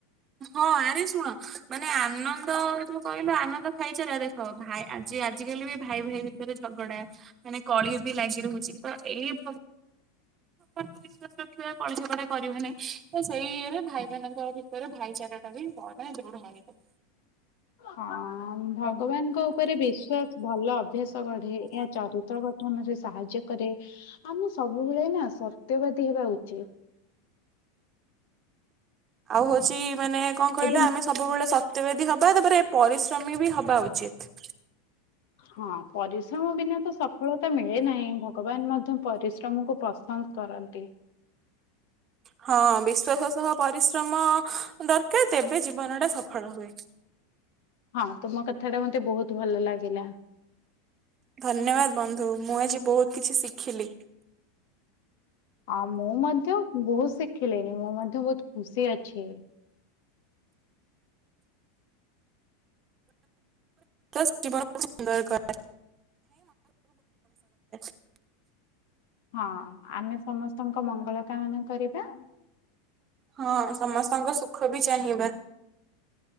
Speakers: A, on the right; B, on the left.
A: ହଁ ଆରେ ଶୁଣ ମାନେ ଆନନ୍ଦ ଯୋଉ କହିଲ ଆନନ୍ଦ ଖାଇଚାରା ରେ ଶୁଣ ଭାଇ ଯେ ଆଜିକାଲି ବି ଭାଇ ଭାଇ ଭିତରେ ଝଗଡା ମାନେ କଳି ବି ଲାଗି ରହୁଛି ତ ଏଇ ଙ୍କୁ ବିଶ୍ଵାସ ରଖିବା କଳି ଝଗଡା କରିବେନିଁ ତ ସେଇ ରେ ଭାଇମାନଙ୍କ ଭିତରେ ର ଭାଇଚାରା ଟା ବି ବଢ଼େ ଦୃଢ଼ ହେଇଯାଏ।
B: ହଁ ଭଗବାନଙ୍କ ଉପରେ ବିଶ୍ୱାସ ଭଲ ଅଭ୍ୟାସ ଗଢେ ଏହା ଚରିତ୍ର କ ନରେ ସାହାଯ୍ୟ କରେ ଆମେ ସବୁବେଳେ ନା ସର୍ତ୍ୟବାଦୀ ହେବା ଉଚିତ।
A: ଆଉ ହଉଛି ମାନେ କଣ କହିଲା
B: ଏବଂ
A: ଆମେ ସବୁବେଳେ ସତ୍ୟବାଦି ହବା ତାପରେ ପରିଶ୍ରମୀ ବି ହବା ଉଚିତ।
B: ହଁ ପରିଶ୍ରମ ବିନା ତ ସଫଳତା ମିଳେ ନାହିଁ ଭଗବାନ ମଧ୍ୟ ପରିଶ୍ରମକୁ ପସନ୍ଦ କରନ୍ତି।
A: ହଁ ବିଶ୍ଵାସ ସହ ପରିଶ୍ରମ ଦରକାର ତେବେ ଜୀବନଟା ସଫଳ ହୁଏ।
B: ହଁ ତୁମ କଥାଟା ମତେ ବହୁତ ଭଲ ଲାଗିଲା।
A: ଧନ୍ୟବାଦ ବନ୍ଧୁ ମୁଁ ଆଜି ବହୁତ କିଛି ଶିଖିଲି।
B: ଆ ମୁଁ ମଧ୍ୟ ବହୁତ ଶିଖିଲିଣି ମୁଁ ମଧ୍ୟ ବହୁତ ଖୁସି ଅଛି।
A: ତ ଜୀବନକୁ ସୁନ୍ଦର କରାଏ <unintelligible>
B: ହଁ ଆମେ ସମସ୍ତଙ୍କ ମଙ୍ଗଳ କାମନା କରିବା।
A: ହଁ ସମସ୍ତଙ୍କ ସୁଖ ବି ଚାହିଁବା।